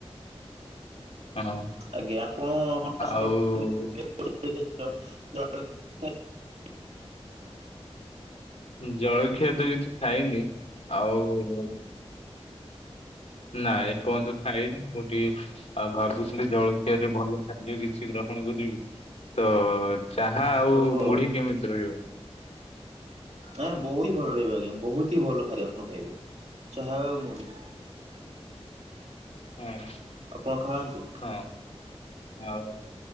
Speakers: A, on the left (about 75°); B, on the right (about 80°).
A: ହଁ।
B: <unintelligible>
A: ଆଉ
B: <unintelligible>
A: ଜଳଖିଆ ତ କିଛି ଖାଇନି ଆଉ ନାଇ ଏପର୍ଯ୍ୟନ୍ତ ଖାଇନି ମୁଁ ଟିକେ ଆଉ ଭାବୁଥିଲି ଜଳ ରେ ଭଲ ଖାଦ୍ୟ କିଛି ଗ୍ରହଣ କରିବି ତ ଚାହା ଆଉ
B: ଓହୋ
A: ମୁଢି କେମିତି ରହିବ?
B: ଏଁ ବହୁତ ହି ଭଲ ରହିବ ଆଜ୍ଞା ବହୁତ ହି ଭଲ ଖାଦ ଆପଣ ଖାଇବେ। ଚାହା ଆଉ ମୁଡ଼ି।
A: ହଁ
B: ଆପଣ ଖାଆନ୍ତୁ।
A: ହଁ ଆଉ